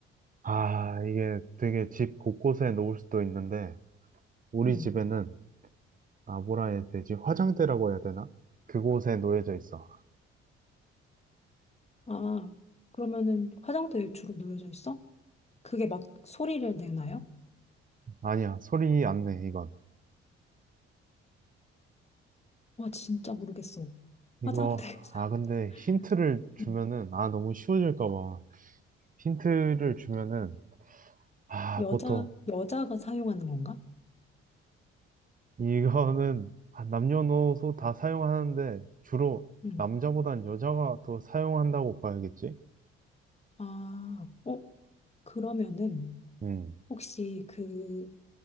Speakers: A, on the right; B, on the left.
A: 아, 이게 되게 집 곳곳에 놓을 수도 있는데, 우리
B: 음,
A: 집에는 아, 뭐라 해야 되지? 화장대라고 해야 되나? 그곳에 놓여져 있어.
B: 아, 그러면은 화장대에 주로 놓여져 있어? 그게 막 소리를 내나요?
A: 아니야, 소리 안 내, 이건.
B: 와, 진짜 모르겠어.
A: 이거,
B: 화장대에서.
A: 아, 근데
B: <laughs>
A: 힌트를 주면은,
B: 음,
A: 아, 너무 쉬워질까 봐. 힌트를 주면은, 아,
B: 여자,
A: 보통,
B: 여자가 사용하는 건가?
A: 이거는 아, 남녀노소 다 사용하는데, 주로
B: 음.
A: 남자보단 여자가 더 사용한다고 봐야겠지?
B: 아, 어? 그러면은
A: 음,
B: 혹시 그